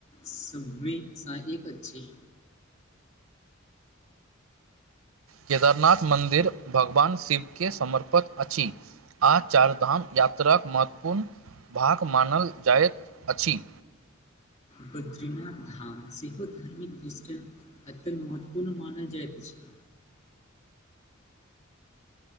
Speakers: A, on the left; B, on the right.
A: सभमे सा एक अच्छे।
B: केदारनाथ मन्दिर भगवान शिवके समर्पत अछि। आ चारधाम यात्राके महत्वपूर्ण भाग मानल जाइत अछि।
A: बद्रीनाथ धाम सेहो धार्मिक दृष्टि <unintelligible> महत्व पूर्ण मानल जाइत छै।